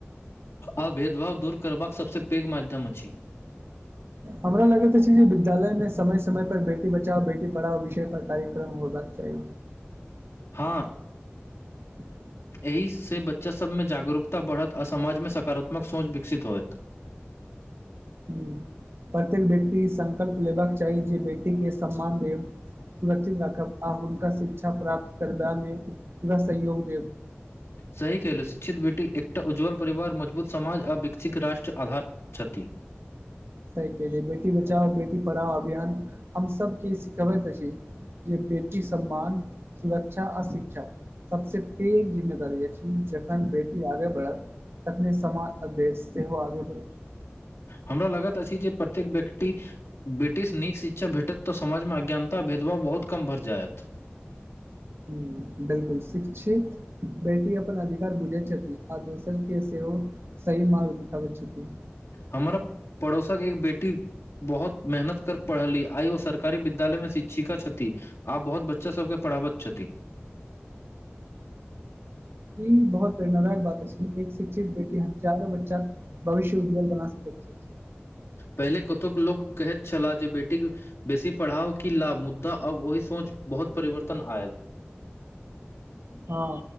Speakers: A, on the left; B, on the right.
A: आ भेदभाव दूर करबाक सभसँ पैघ माध्यम अछि
B: हमरा लगैत अछि जे विद्यालय में समय समय पर बेटी बचाओ बेटी पढ़ाओ विषय पर कार्यक्रम होबाक चाही
A: हॅ
B: <inaudible>
A: एहि से बच्चासभमे जागरूकता बढ़त आ समाजमे सकारात्मक सोच विकसित होयत
B: हूँ प्रत्येक व्यक्ति ई संकल्प लेबाक चाही जे बेटी के सम्मान दे सुरक्षित राखब आ हुनका शिक्षा प्राप्त करबामे पूरा सहयोग देब
A: सही कलहु शिक्षित बेटी एकटा उज्ज्वल परिवार मजबूत समाज आ विकसित राष्ट्र आधार छथि
B: सही के लिए बेटी बचाओ बेटी पढ़ाओ अभियान हम सब की सिखबैत अछि जे बेटी सम्मान सुरक्षा आ शिक्षा सबसे पैघ जिम्मेदारी य छी जखन बेटी आगे बढ़त तखने समाज आ देस सेहो आगे बढ़ैत छै
A: हमरा लगैत अछि जे प्रत्येक व्यक्ति ब्रिटिश नीक शिक्षा भेटत तऽ समाजमे अज्ञानता भेदभाव बहुत कम भर जायत
B: ह बिलकुल शिक्षित बेटी अपन अधिकार बुझे छथि आ दोसर के सेहो सहि मार्ग देखाबे छथि
A: हमर पड़ोसक एक बेटी बहुत मेहनत कर पढ़ली आइ ओ सरकारी विद्यालय में शिक्षिका छथि आ बहुत बच्चा सबके पढ़ाबै छथिन
B: ई बहुत प्रेरणाादायक बात अछि एक शिक्षित बेटी हजारो बच्चा भविष्य उज्जवल बना सकैत छथि
A: पहिले कतहुक लोक कहैत छलाह जे बेटीक बेसी पढ़ाव क लाभ मुद्दा अब ओहि सोच बहुत परिवर्तन आयल
B: हँ